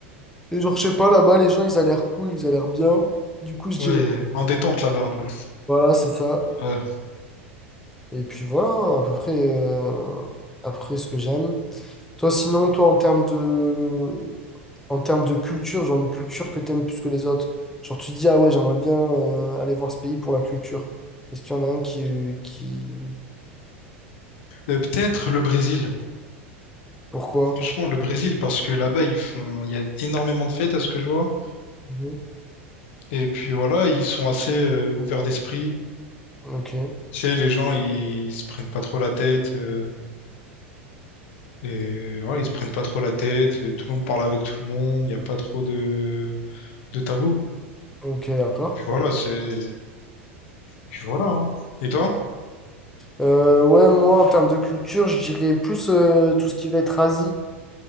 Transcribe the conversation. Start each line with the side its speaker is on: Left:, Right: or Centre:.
Centre: Et genre, je sais pas, là-bas, les gens, ils ont l'air cool, ils ont l'air bien. Du coup, je dirais,
Left: ouais, en détente là-bas un peu.
Centre: voilà, c'est ça.
Left: Ouais.
Centre: Et puis voilà, à peu près, euh, à peu près ce que j'aime. Toi, sinon, toi, en termes de, en termes de culture, genre une culture que t'aimes plus que les autres. Genre, tu te dis, ah ouais, j'aimerais bien euh, aller voir ce pays pour la culture. Est-ce qu'il y en a un qui, qui...
Left: Euh, peut-être le Brésil.
Centre: Pourquoi?
Left: Franchement, le Brésil, parce que là-bas, ils font, il y a énormément de fêtes à ce que je vois.
Centre: Mhm.
Left: Et puis voilà, ils sont assez euh, ouverts d'esprit.
Centre: Ok,
Left: Tu sais, les gens, ils, ils se prennent pas trop la tête. euh, et voilà, ils se prennent pas trop la tête. euh, Tout le monde parle avec tout le monde. Il n'y a pas trop de, de tabou.
Centre: ok, d'accord.
Left: Puis voilà, c'est. Puis voilà. hein. Et toi?
Centre: Euh, ouais, moi, en termes de culture, je dirais plus euh, tout ce qui va être Asie,